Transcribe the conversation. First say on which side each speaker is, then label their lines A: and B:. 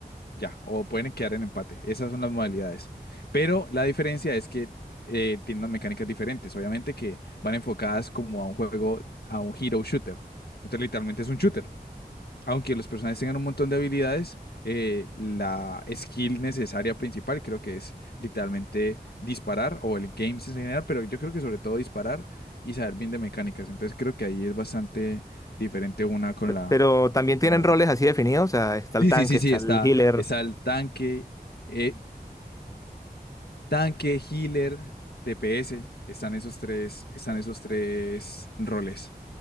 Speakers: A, on the left (about 75°); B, on the left (about 20°).
A: ya, o pueden quedar en empate, esas son las modalidades. Pero la diferencia es que eh, tiene unas mecánicas diferentes, obviamente que van enfocadas como a un juego, a un hero shooter, entonces literalmente es un shooter. Aunque los personajes tengan un montón de habilidades, eh, la skill necesaria principal creo que es literalmente disparar o el game sense en general, pero yo creo que sobre todo disparar y saber bien de mecánicas. Entonces creo que ahí es bastante diferente una con
B: Pe-
A: la,
B: Pero también
A: con
B: tienen
A: la otra.
B: roles así definidos, o sea, está el
A: Sí,
B: tanque,
A: sí, sí,
B: está
A: sí, está,
B: el healer.
A: está el tanque, eh, tanque, healer, DPS, están esos tres, están esos tres roles.